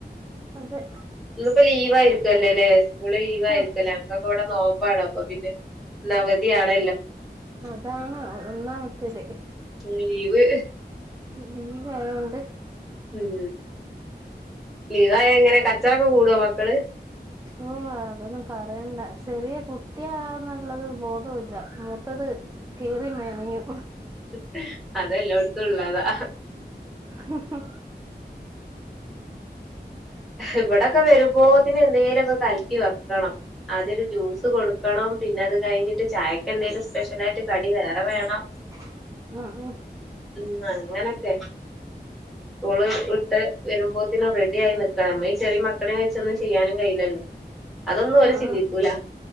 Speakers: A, on the right (about 20°); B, in the centre.
A: അതെ.
B: ഇന്നിപ്പോ ലീവ് ആയിരിക്കല്ലോ അല്ലേ സ്കൂള് ലീവ് ആയിരിക്കല്ലേ?
A: ആഹ്
B: ഇന്നിപ്പോ ഇവിടെ നോമ്പാണ് അപ്പൊ പിന്നെവതിയാണല്ലോ?
A: അതാണ് ഒന്നാമത്തേത്.
B: ഉം ലീവ്
A: ലീവാ യോണ്ട്.
B: ഉം ലീവായ എങ്ങനെ കച്ചറൊക്കെ കൂടോ മക്കള്?
A: ഓ അ അതൊന്നും പറയണ്ട ചെറിയ കുട്ടിയാണെന്നുള്ള ബോധവില്ല മൂത്തത്. കേറി മെനയും.
B: ഹി അതെ ലോടുത്തുംള്ളതാ.
A: ഹി ഹി
B: ഇവിടൊക്കെ വരുമ്പോത്തിന് എന്തോ ലൊക്കെ കലക്കി വെക്കണം. ആദ്യം ഒരു ജ്യൂസ് കൊടുക്കണം പിന്നെ അത് കഴിഞ്ഞിട്ട് ചായകെന്തെങ്കിലും സ്പെഷ്യൽ ആയിട്ട് കടി വേറെ വേണം.
A: <unintelligible> ആഹ ആ
B: ഉ അങ്ങനൊക്കെ. സ്കൂള് വിട്ട് വരുമ്പോത്തിനും റെ ആയി നിക്കണം നമ്മളി ചെറിയ മക്കളിം വെച്ച് ഒന്നും ചെയ്യാനും കയ്യിലല്ലോ? അതൊന്നും ഓല്
A: ആ ആ
B: ചിന്തിക്കൂല.
A: ആ